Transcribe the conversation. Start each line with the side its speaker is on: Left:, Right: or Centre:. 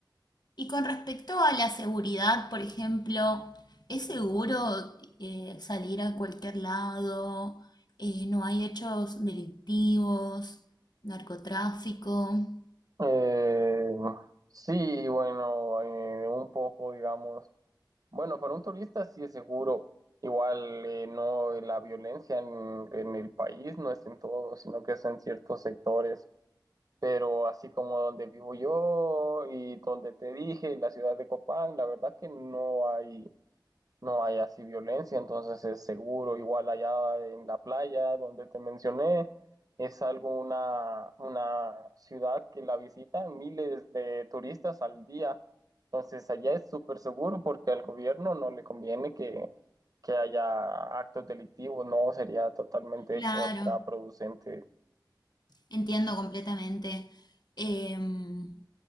Left: Y con respecto a la seguridad, por ejemplo, ¿es seguro eh, salir a cualquier lado? Eh, ¿no hay hechos delictivos, narcotráfico?
Right: Eh, sí, bueno, eh, un poco, digamos. Bueno, para un turista sí es seguro. Igual eh, no eh, la violencia en, en el país no es en todo, sino que es en ciertos sectores. Pero así como donde vivo yo y donde te dije, la ciudad de Copán, la verdad que no hay no hay así violencia, entonces es seguro. Igual allá en la playa donde te mencioné, es algo una, una ciudad que la visitan miles de turistas al día. Entonces allá es súper seguro porque al gobierno no le conviene que, que haya actos delictivos, no sería totalmente
Left: Claro,
Right: contraproducente.
Left: entiendo completamente em,